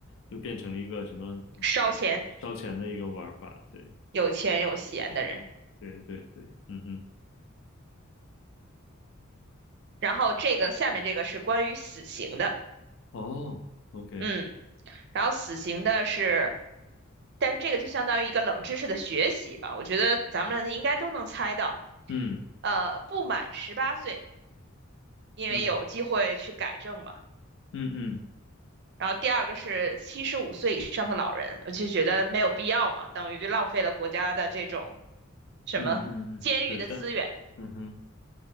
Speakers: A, on the left; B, on the right.
A: 又变成了一个什么挺烧钱的一个玩法，
B: 烧钱，
A: 对。
B: 有钱有闲的人。
A: 对对对，嗯哼，
B: 然后这个下面这个是关于死刑的。
A: 哦，OK，
B: 嗯，然后死刑的是。但是这个就相当于一个冷知识的学习吧，我觉得咱们应该都能猜到。
A: 嗯
B: 呃，不满十八岁，因为有机会去改正嘛。
A: 嗯嗯嗯
B: 然后第二个是七十五岁以上的老人，我就觉得没有必要嘛，等于浪费了国家的这种什么监狱的资源。
A: 嗯嗯嗯，是的，嗯哼，